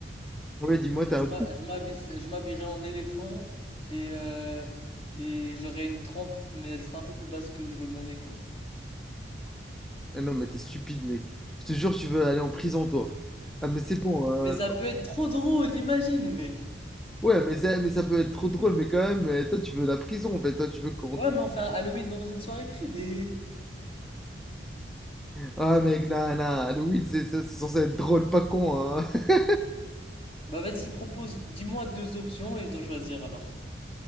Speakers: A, in the centre; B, on the left (about 30°).
A: Ouais, dis-moi,
B: Je
A: t'es un fou.
B: m'a- je m'habille- je m'habillerais en éléphant et, euh, et j'aurais une trempe, mais elle serait un peu plus basse qu'au niveau de mon nez, quoi.
A: Ah non, mais t'es stupide, mec. Je te jure, tu veux aller en prison, toi. Ah, mais c'est bon. euh,
B: Mais ça peut être trop drôle, imagine, mec.
A: Ouais, mais ça, mais ça peut être trop drôle, mais quand même, euh, toi, tu veux la prison, en fait. Toi, tu veux qu'on...
B: Ouais,
A: tue-
B: mais enfin, Halloween dans une soirée privée.
A: Ah, mec, non, non, Halloween, c'est c'est- c'est censé être drôle, pas con, hein. <laughs>
B: Bah vas-y, propose, dis-moi deux options et je dois choisir alors.